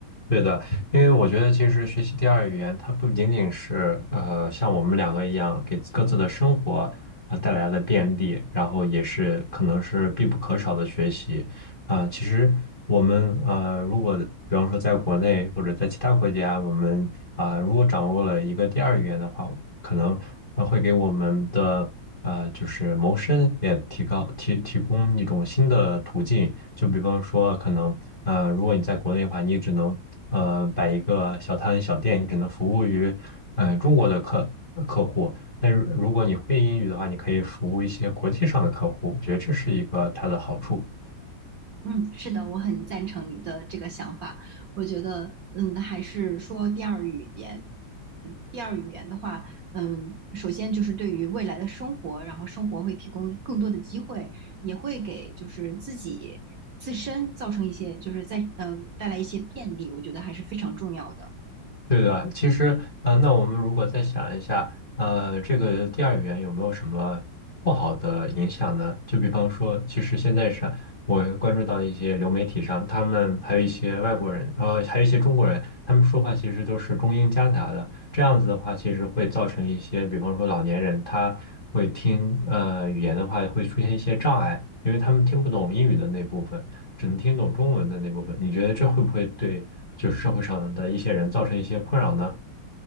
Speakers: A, on the left; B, on the right.
A: 对的，因为我觉得其实学习第二语言，它不仅仅是呃像我们两个一样给各自的生活呃带来了便利，然后也是可能是必不可少的学习。啊，其实我们呃，如果比方说在国内或者在其他国家，我们啊，如果掌握了一个第二语言的话，可能呃会给我们的呃就是谋生也提高提提供一种新的途径。就比方说，可能呃，如果你在国内的话，你只能呃摆一个小摊小店，你只能服务于呃中国的客客户。但是如果你会英语的话，你可以服务一些国际上的客户，我觉得这是一个它的好处。
B: 嗯，是的，我很赞成你的这个想法。我觉得，嗯，还是说第二语言。第二语言的话，嗯，首先就是对于未来的生活，然后生活会提供更多的机会，也会给就是自己自身造成一些，就是在嗯、呃带来一些便利，我觉得还是非常重要的。
A: 对的，其实，呃，那我们如果再想一下，呃，这个第二语言有没有什么不好的影响呢？就比方说，其实现在上我关注到一些流媒体上，他们还有一些外国人，呃，还有一些中国人，他们说话其实都是中英夹杂的。这样子的话，其实会造成一些，比方说老年人他会听呃语言的话，会出现一些障碍，因为他们听不懂英语的那部分，只能听懂中文的那部分。你觉得这会不会对？就是社会上的一些人造成一些困扰呢？